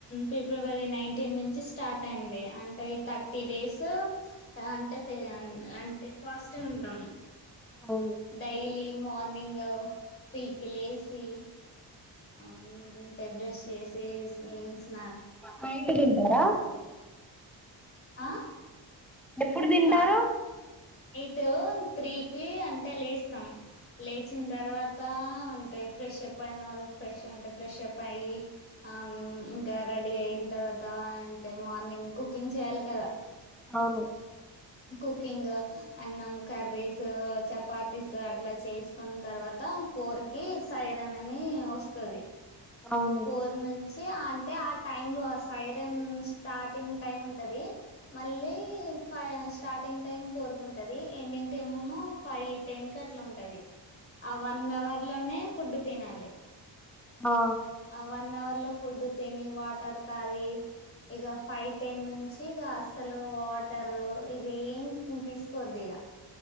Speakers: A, on the left; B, in the centre.
A: ఫిబ్రవరి నైన్టీన్ నుంచి స్టార్ట్ అయింది అంటే ఈ థర్టీ డేసు ఆ అంటే అంటే పాజటివ్ ఉంటాం.
B: అవును
A: డైలీ మార్నింగ్ త్రి కి లేసి అ టె బ్రష్ చేసి స్నా
B: నైట్ తింటారా
A: ఆ
B: ఎప్పుడు తింటారు
A: కా నైట్ త్రీకి అంటే లేస్తాం లేచిన తర్వాత అంటే ఫ్రెష్ప్ అయిన వాళ్ళు ఫ్రెష్ అంటే ఫ్రెష్ప్ అయ్యి ఆ ఇంకా రెడీ అయి ఇంత తర్వాత అంటే మార్నింగ్ కుకింగ్ చేయాలి కదా
B: అవును
A: కుకింగ్ అన్నం కర్రీస్ చపాతీస్ అట్లా చేసుకున్న తర్వాత మొత్తం ఫోర్ కి సైరన్ అని వస్తది
B: అవును
A: ఫోర్ నుంచి అంటే ఆ టైం సైరన్ స్టార్టింగ్ టైమ్ ఉంటంది మళ్ళీ స్టార్టింగ్ టైం ఫోర్ కి ఉంటది ఎండింగ్ టైమ్ ఏమో ఫైవ్ టెన్ కి అట్లా ఉంటది ఆ వన్ అవర్ లోనే ఫుడ్ తినాలి
B: ఆ
A: ఆ వన్ అవర్ లో ఫుడ్ తిని వాటర్ తాగి ఇక ఫైవ్ టెన్ నుంచి ఇక అస్సలు వాటర్ ఇక ఏం తీసుకోద్ది